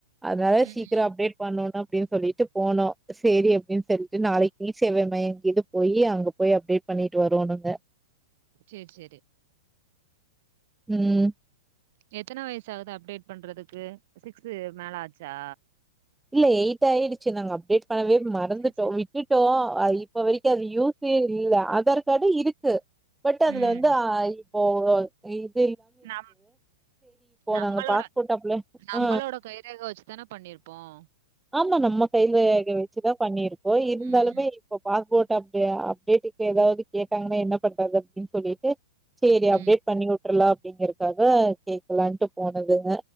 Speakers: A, in the centre; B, on the right (about 55°).
A: அதுநாள
B: ம்
A: சீக்கிர
B: ம்
A: அப்டேட் அப்டினு சொல்லிட்டு போனோம் சேரி எப் ன்னு சொல்ட்டு நாளைக்கு இ சேவ மையம் இது போயி அங்க போயி அப்டேட் பண்ணிட்டு வருவோனுங்க
B: சேரி சேரி
A: ம்
B: எத்தன வயசுயாகுது அப்டேட் பண்றதுக்கு சிக்ஸ் மேல ஆச்சா
A: இல்ல எயிட் ஆயிடுச்சு நாங்க அப்டேட் பண்ணவே மறந்துட்டோம்
B: சேரி சேரி
A: விட்டுட் டோம் இப்பவரைக்கும் அது யூஸ்ஸே யில்ல ஆதார் கார்டுயிருக்கு பட் அதுல
B: ம்
A: வந்து ஓஓகே
B: நம் நம்பளோட
A: நாங்க பாஸ்போர்ட் அப்ளை
B: நம்பளோட
A: ஆ
B: கைரேக வச்சுதான பண்ணிருபோம்
A: ஆம்மா நம்ம கைரேக வச்சுதா பண்ணிருப்போ இருந்தாலுமே
B: ம்
A: இப்ப பாஸ் போட் அப்டேட்டுக்கு ஏதாது கேட்டாங்கன்னா என்ன பண்றது அப்டினு சொல்லிட்டு சேரி
B: ம்
A: அப்டேட் பண்ணிவு ட்ருலா அபடியின்றதுக்காக கேக்கலான்டு போனதுங்க